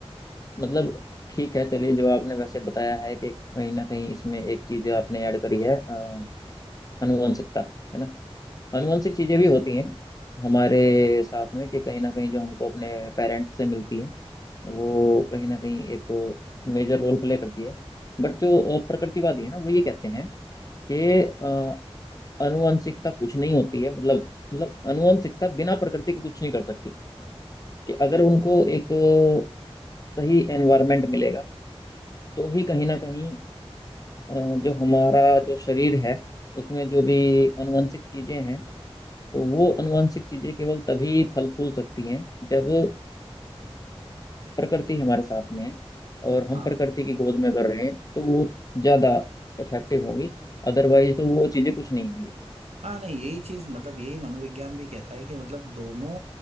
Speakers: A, on the left; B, on the right.
A: मतलब ठीक है चलिए जो आपने वैसे बताया है कि कहीं ना कहीं इसमें एक चीज आपने ऐड करी है अ, आनुवंशिकता है ना आनुवंशिक
B: बिल्कुल
A: चीजें भी होती हैं हमारे साथ में कि कहीं ना कहीं जो हमको अपने पेरेंट्स से मिलती है वो कहीं ना कहीं एक मेजर रोल प्ले करती है बट जो अ, प्रकृतिवादी है ना वो ये कहते हैं कि अ, आनुवंशिकता कुछ नहीं होती है मतलब मतलब आनुवंशिकता बिना प्रकृति के कुछ नहीं कर सकती कि अगर उनको एक अ, सही एनवायरनमेंट मिलेगा तो ही कहीं ना कहीं अ, जो हमारा जो शरीर है उसमें जो भी आनुवंशिक चीजें हैं तो वो आनुवंशिक चीजें केवल तभी फल फूल सकती हैं जब अ, प्रकृति हमारे साथ में है और हम
B: हाँ
A: प्रकृति की
B: वो
A: गोद
B: तो
A: में कर रहे हैं तो वो ज्यादा इफेक्टिव होंगी अदरवाइज तो वो चीजें कुछ नहीं होंगी
B: हाँ नहीं यही चीज मतलब यही मनोविज्ञान भी कहता है कि मतलब दोनों